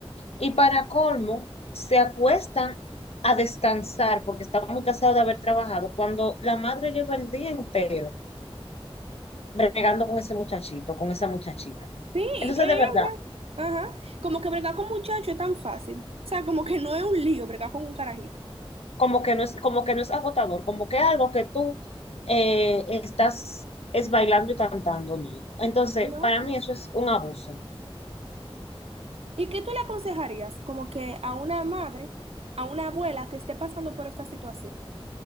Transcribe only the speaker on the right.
Sí,
ella.
Ajá. Como que bregar con muchachos es tan fácil. O sea, como que no es un lío bregar con un carajito.
No.
¿Y qué tú le aconsejarías como que a una madre, a una abuela que esté pasando por esta situación?